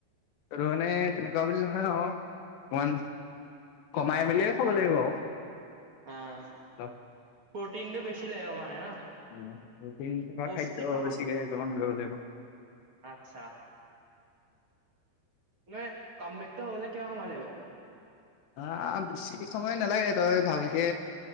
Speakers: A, on the left (about 70°); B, on the right (about 30°).
A: ত মানে তেনেকুৱা বুলি নহয় আৰু অকমান কমাই মেলিয়ে খাব লাগিব আৰু
B: অঁ,
A: অলপ
B: প্ৰটিনটো বেছি লাগিব মানে ন
A: উম প্ৰটিন থকা
B: পৌষ্টিক
A: খাদ্য
B: আহাৰ
A: বেছিকে গ্ৰহণ কৰিব লাগ অহ
B: আচ্ছা মানে কাম বেক টো হবলে কিমান সময় লাগিব
A: আহ, বেছি সময় নালাগে তই ভালকে